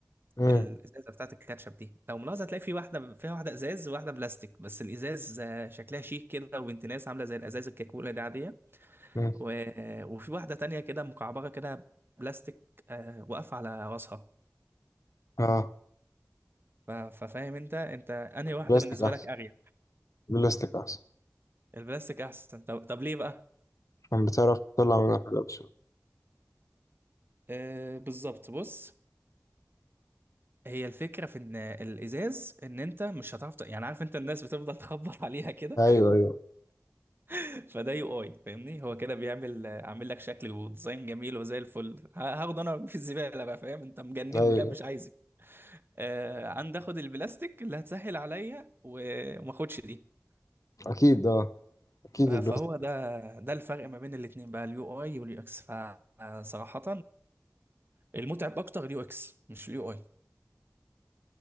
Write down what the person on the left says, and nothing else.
مم.
مم.
اه
بلاستيك
احسن
بلاستيك احسن
عشان بتعرف تطلع منها حاجه بسهوله
ايوه ايوه
ايوه
اكيد اه اكيد
البلاستيك